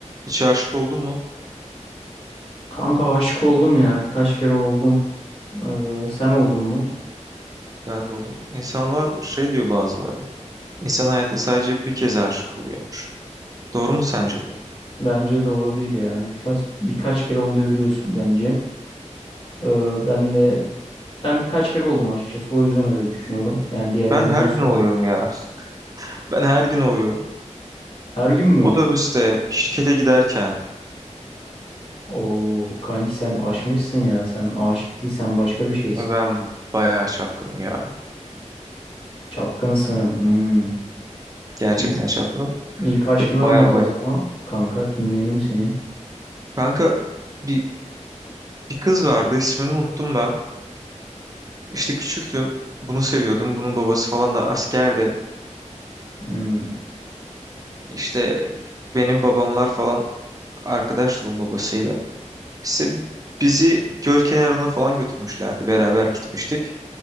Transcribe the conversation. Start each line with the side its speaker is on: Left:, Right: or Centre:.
Right: Hiç aşık oldun mu?
Left: Kanka aşık oldum ya. Birkaç kere oldum. Ee, sen oldun mu?
Right: Ben de oldum. İnsanlar şey diyor bazıları. İnsan hayatta sadece bir kez aşık oluyormuş. Doğru mu sence bu?
Left: Bence doğru değil ya. Birkaç birkaç kere oluyor biliyorsun bence. Ee, ben de ben birkaç kere oldum açıkçası. O yüzden öyle düşünüyorum. Yani diğerleri
Right: Ben her
Left: nasıl
Right: gün oluyorum ya. <laughs> Ben her gün oluyorum.
Left: Her gün mü?
Right: Otobüste, şirkete giderken
Left: O kanki sen aşmışsın ya. Sen aşık değilsen başka bir şeysin.
Right: e, ben bayağı çapkınım ya.
Left: Çapkınsın. Hmm.
Right: Gerçekten
Left: İlk,
Right: çapkınım.
Left: ilk aşkını
Right: Ve Bayağı
Left: anlat
Right: bayağı.
Left: o zaman. Kanka dinleyelim seni.
Right: Kanka bir, bir kız vardı ismini unuttum ben. İşte küçüktüm. Bunu seviyordum. Bunun babası falan da askerdi.
Left: Hmm.
Right: İşte benim babamlar falan arkadaştı bunun babasıyla. İşte bizi göl kenarına falan götürmüşlerdi. Beraber gitmiştik.